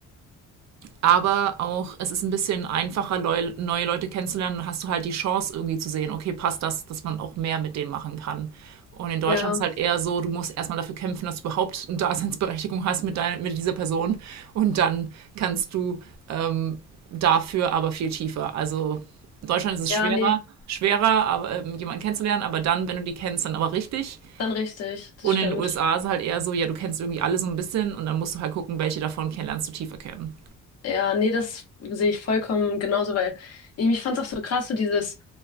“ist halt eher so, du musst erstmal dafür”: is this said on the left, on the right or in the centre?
Right